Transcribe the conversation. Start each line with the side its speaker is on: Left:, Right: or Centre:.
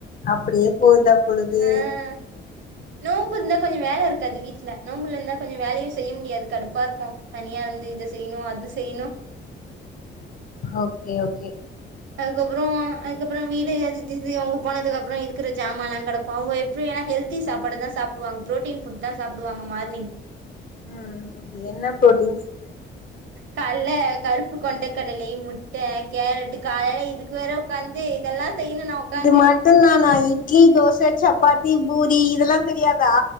Left: அப்டியே போவுதா பொழுது
Right: ஆ நோம்பு இருந்தா கொஞ்ச வேல இருக்காது வீட்டுல நோன்ம்புல இருந்தா கொஞ்ச வேலையும் செய்ய முடியாது கடுப்பா இருக்கும் தனியா இருந்து இது இது செய்ணு அது செய்ணு
Left: ஓகே ஓகே
Right: அதுக்கப்பறோம் அதுக்கப்பறோ வீடு அவங்க போனதுக்கு அப்புறம் இருக்கிற சாமான்லெலா கடக்கு அவங்க எப்டி ஏன்னா ஹெல்தி சாப்பாடு தான் சாப்பிடுவாங்க பரோட்டின் ஃபுட் தான் சாப்டுவாங்க மார்னிங்
Left: ம் ஓகே என்ன ஃபுட்
Right: கால்ல கருப்பு கொண்டைக்கடலை முட்டை கேரட் இது காலையில இதுக்கு வேற உக்காந்து இதெல்லாம் செய்யணு நான் உக்காந்து
Left: இது மட்டுந்தானா தோச சப்பாத்தி இட்லி பூரி இதெல்லா தெரியாது